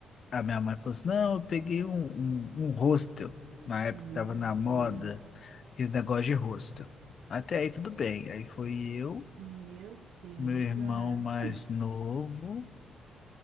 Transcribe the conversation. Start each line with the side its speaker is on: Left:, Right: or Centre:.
Left: a minha mãe falou assim: não, eu peguei um, um, um hostel, na época
Right: Meu
Left: que tava na moda,
Right: Deus.
Left: aquele negócio de hostel. Até aí tudo bem. Aí foi eu,
Right: Meu Deus.
Left: meu irmão
Right: Ah.
Left: mais
Right: <laughs>
Left: novo.